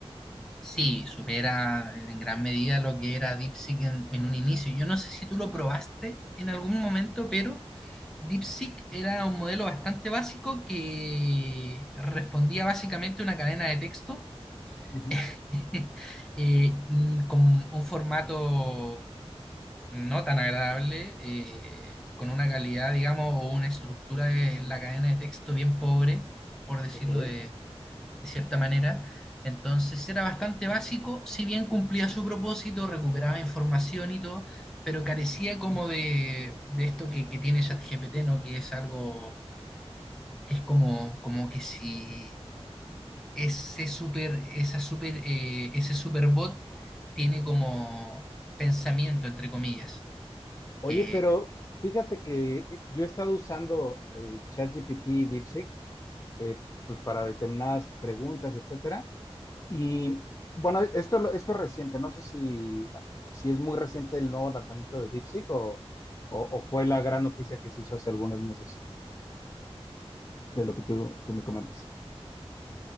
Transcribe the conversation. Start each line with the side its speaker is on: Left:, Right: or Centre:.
Centre: sí, supera en gran medida lo que era DeepSeek en, en un inicio. Yo no sé si tú lo probaste en algún momento, pero DeepSeek era un modelo bastante básico que respondía básicamente a una cadena de texto
Left: Ujú,
Centre: <laughs> eh, mm, con un formato no tan agradable, eh, con una calidad, digamos, o una estructura de la cadena de texto bien pobre, por decirlo
Left: Ok.
Centre: de cierta manera. Entonces era bastante básico, si bien cumplía su propósito, recuperaba información y todo, pero carecía como de, de esto que, que tiene ChatGPT, ¿no? Que es algo, es como, como que si ese super, esa super, eh, ese superbot tiene como pensamiento, entre comillas,
Left: Oye,
Centre: que
Left: pero fíjate que eh, yo he estado usando eh, ChatGPT y DeepSeek eh, pues para determinadas preguntas, etcétera. Y bueno, esto, lo- esto es reciente, no sé si, si es muy reciente el nuevo lanzamiento de DeepSeek o, o, o fue la gran noticia que se hizo hace algunos meses, de lo que tú, tú me comentas.